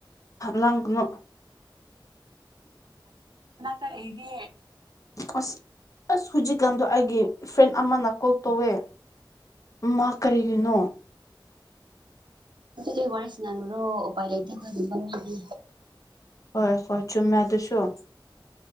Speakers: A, on the left; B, on the right.
A: ꯂꯪꯅ
B: ꯑꯦ
A: ꯑꯁ ꯑꯁ ꯍꯧꯖꯤꯛꯀꯥꯟꯗꯣ ꯑꯩꯒꯤ ꯐ꯭ꯔꯦꯟ ꯑꯃꯅ ꯀꯣꯜ ꯇꯧꯋꯦ ꯃꯥ ꯀꯔꯤꯒꯤꯨꯅꯣ
B: ꯋꯥ ꯋꯥꯔꯤ ꯁꯅꯅꯔꯣ ꯎꯄꯥꯏ ꯂꯩꯇ ꯈꯣꯏꯒꯕꯦ
A: ꯍꯣꯏ ꯍꯣꯏ ꯆꯨꯝꯃꯦꯗꯁꯨꯣ